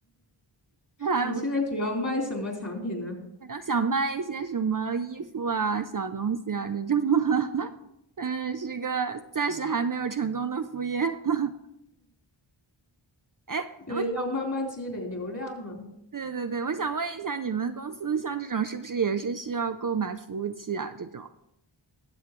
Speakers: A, on the right; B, on the left.
A: <laughs> 我还不是
B: 你现在主要卖什么产品呢？
A: 要想卖一些什么衣服啊、小东西啊这种，<laughs> 嗯，是个暂时还没有成功的副业。<laughs> 哎，
B: 呃，
A: 我想，
B: 要慢慢积累流量嘛。
A: 对对对，我想问一下，你们公司像这种是不是也是需要购买服务器啊？这种